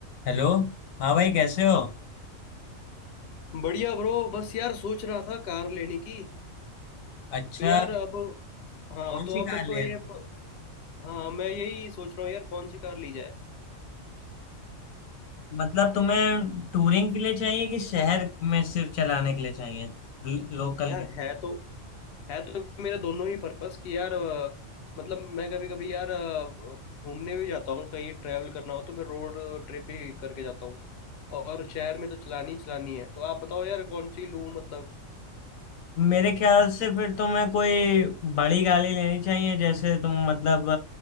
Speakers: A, on the left (about 80°); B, on the left (about 60°).
A: हेलो हाँ भाई कैसे हो
B: बढ़िया ब्रो बस यार सोच रहा था कार लेने की
A: अच्छा
B: तो यार अब हाँ
A: कौन
B: तो
A: सी
B: अब
A: कार
B: मेरे को
A: ले
B: ये
A: रहे
B: हाँ मैं यही सोच रहा हूँ यार कौन सी कार ली जाए
A: मतलब तुम्हें टूरिंग के लिए चाहिए कि शहर में सिर्फ चलाने के लिए चाहिए लोकल
B: यार है तो है तो मेरा दोनों ही पर्पस कि यार अ, मतलब मैं कभी कभी यार अ, घूमने भी जाता हूँ कहीं ट्रैवल करना हो तो मैं रोड ट्रिप ही करके जाता हूँ और शहर में तो चलानी ही चलानी है तो आप बताओ यार कौन सी लूँ मतलब
A: मेरे ख्याल से फिर तुम्हें कोई बड़ी गाड़ी लेनी चाहिए जैसे तुम मतलब